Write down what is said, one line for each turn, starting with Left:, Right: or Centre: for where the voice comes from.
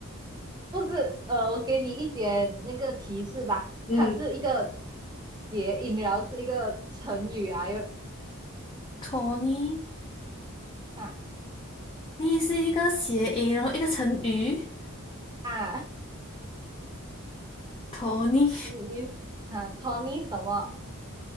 Right: 不是，呃，我给你一点那个提示吧，
Left: 嗯
Right: 它是一个谐音，然后是一个成语啊，又
Left: ，Tony，Tony
Right: 啊
Left: 是一个谐音，然后一个成语。
Right: 啊，
Left: 托尼，
Right: 你你啊，Tony 什么？